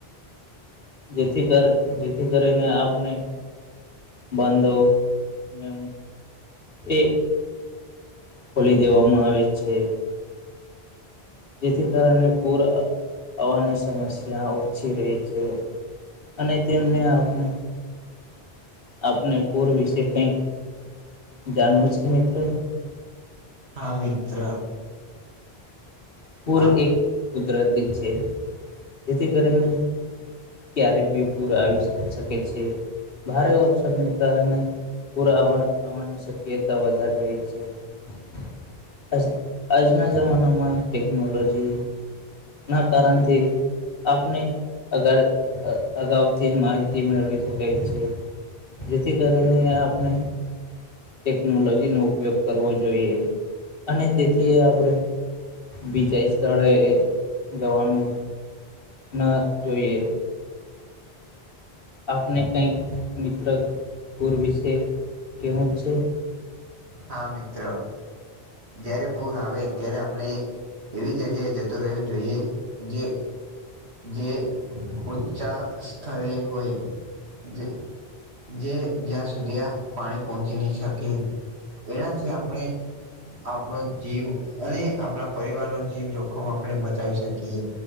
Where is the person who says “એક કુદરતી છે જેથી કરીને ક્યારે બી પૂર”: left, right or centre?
Left